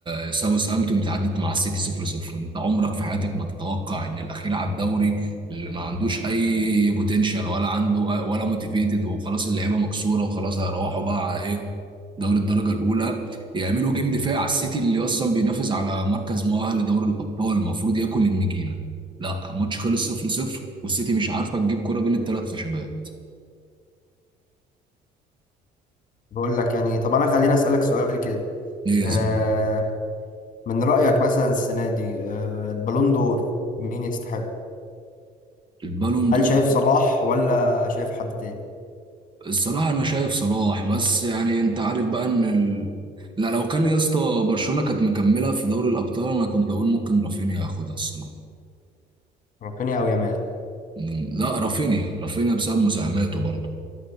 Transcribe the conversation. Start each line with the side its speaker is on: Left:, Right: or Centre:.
Right: آه، ساوثهامبتون تعدت مع السيتي 0-0 انت عمرك في حياتك ما تتوقع ان الاخير على الدوري اللي ما عندوش اي بوتنشال ولا عنده آه، ولا موتيفيتد وخلاص اللعيبه مكسوره وخلاص هيروحوا بقى على ايه دوري الدرجه الاولى يعملوا جيم دفاعي على السيتي اللي اصلا بينافس على مركز مؤهل لدوري الابطال المفروض ياكل النجيله لا الماتش خلص 0-0 والسيتي مش عارفه تجيب كره بين الثلاث خشبات
Left: بقول لك يعني طب أنا خليني أسألك سؤال كده
Right: ايه
Left: آه،
Right: يا زلمه
Left: من رأيك مثلا السنة دي آه، البالون دور مين يستحق؟
Right: البالون
Left: هل
Right: دور
Left: شايف صلاح ولا شايف حد تاني؟
Right: الصراحة أنا شايف صلاح بس يعني أنت عارف بقى إن ال... لا لو كان يا اسطى برشلونة كانت مكملة في دوري الأبطال أنا كنت أقول ممكن رافينيا ياخدها الصراحة
Left: رافينيا أو يامال؟
Right: من- لا رافينيا رافينيا بسبب مساهماته برضه